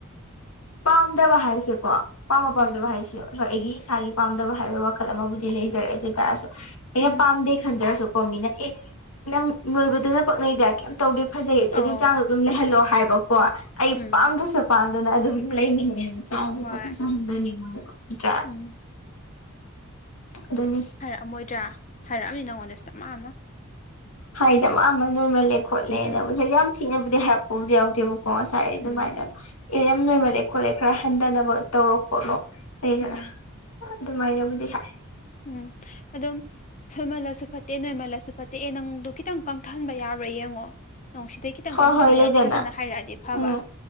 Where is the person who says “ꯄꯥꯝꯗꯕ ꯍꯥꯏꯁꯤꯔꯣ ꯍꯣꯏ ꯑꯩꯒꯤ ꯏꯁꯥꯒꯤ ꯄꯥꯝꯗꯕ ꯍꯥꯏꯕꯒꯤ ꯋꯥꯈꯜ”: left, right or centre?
Left